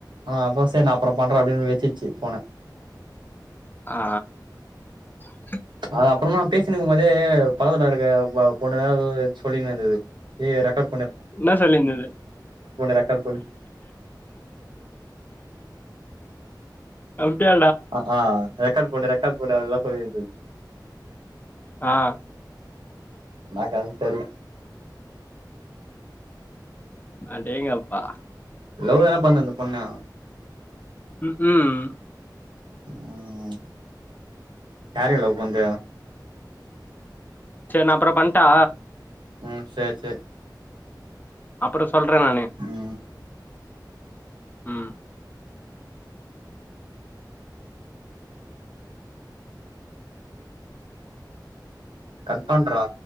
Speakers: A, on the right; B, on the left.
A: ஆஹ்ப்போ ச நான் அப்புறம் பண்றன் அப்படின்னு வச்சிட்டு போன
B: ஆ <unintelligible>
A: அது அப்புற மா பேசினுக்கும் போதே பதல இருக்க பொண்ணதா சொல்லிங்க இருக்குது ரெக்க
B: என்ன சொல்லியிருந்தது
A: ரெக்கார்ட் பண்ணு
B: அப்படிய
A: ஆஹ் ஆஹ்க்க <unintelligible> போன்ன ரெக்காட் போடல்லாம் சொல்லியிருந்தது
B: ஆஹ்
A: என்க்கத தெரியும்
B: அடேங்கப்பா
A: லவ் தான பண்ண அந்த பொண்ணா
B: உம் உம்
A: உம் யாரையா லவ் பண்ற
B: செரி நான் அப்புறம் பண்ணிட்டா
A: உம் செரி செரி
B: அப்ற சொல்றேன் நானே
A: ம்
B: உம்
A: கட் பண்றா